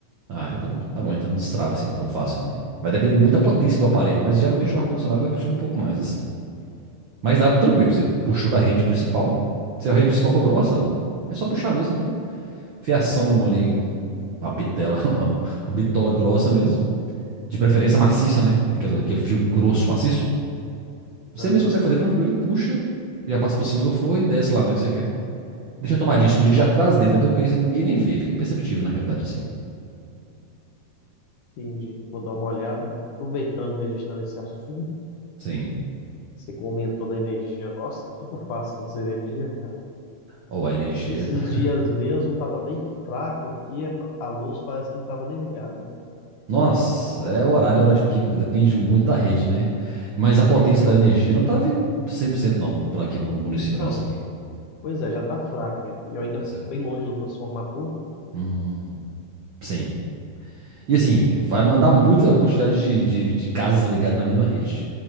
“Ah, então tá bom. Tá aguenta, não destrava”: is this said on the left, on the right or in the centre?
Right